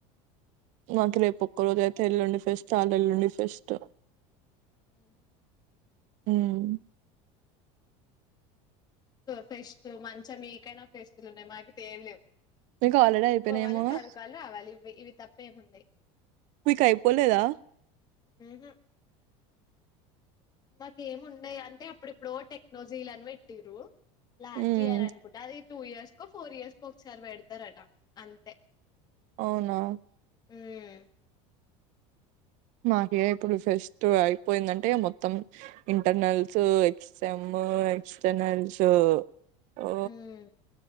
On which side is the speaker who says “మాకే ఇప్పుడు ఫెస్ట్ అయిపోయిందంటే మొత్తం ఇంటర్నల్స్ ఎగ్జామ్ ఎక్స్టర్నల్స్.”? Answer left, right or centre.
Right